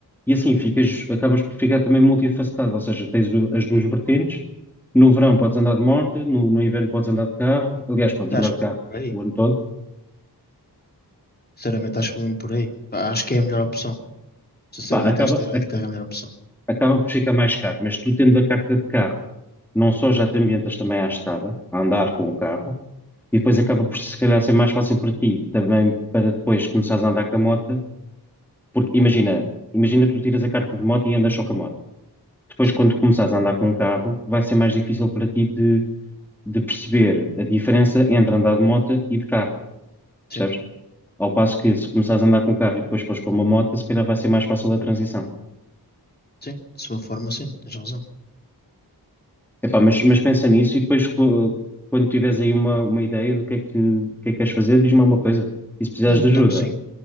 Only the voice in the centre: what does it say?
E assim ficas, acabas por ficar também multifacetado, ou seja, tens o- as duas vertentes. No verão podes andar de moto, no, no inverno podes andar de carro, aliás, podes
andar
de
carro
o ano todo.
Pá, acaba,
acaba por ficar mais caro, mas tu tendo a carta de carro, não só já te ambientas também à estrada, a andar com o carro, e depois acaba por se calhar ser mais fácil para ti, também para depois começares a andar com a moto, porque imagina, imagina tu tiras a carta de moto e andas só com a moto. Depois,
quando começares a andar com o carro, vai ser mais difícil para ti de, de perceber a diferença entre andar de moto e de carro,
percebes? Ao passo que se começares a andar com o carro e depois fores para uma moto, se calhar vai ser mais fácil a transição.
Epá, mas, mas pensa nisso e depois co- quando tiveres aí uma, uma ideia do que é que, do que é que queres fazer, diz-me alguma coisa. E se precisares
de ajuda,